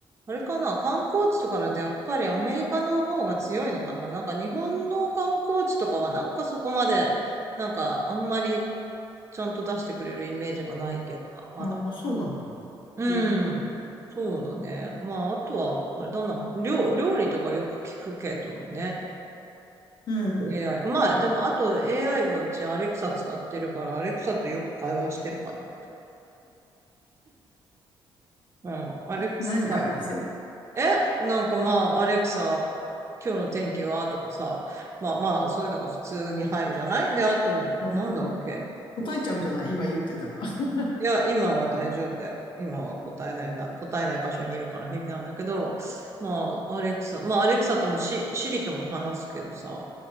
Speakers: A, on the right; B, on the left.
A: あれかな、観光地とかだとやっぱりアメリカの方が強いのかな。なんか日本の観光地とかはなんかそこまで、なんかあんまりちゃんと出してくれるイメージがないけどな、
B: うん、
A: まだ。
B: そうなんだ。
A: うん。
B: へー
A: そうだね。まあ、あとは、あれだな。料、料理とかよく聞くけどね。
B: うん。
A: AI。まあ、でも、あと AI はうちアレクサ使ってるから、アレクサとよく会話してるかな。うん。アレクサ
B: 何会話してんの
A: え、なんかまあ、アレクサ、今日の天気はとかさ、まあまあ、そういうのが普通に入るじゃないで、あと、
B: うん、
A: なんだっけ
B: うん。答えちゃうんじゃない今言ってたら。<laughs>
A: いや、今は大丈夫だよ。今は答えないな、答えない場所にいるから平気なんだけど、まあ、アレクサ、まあ、アレクサともシ、シリとも話すけどさ、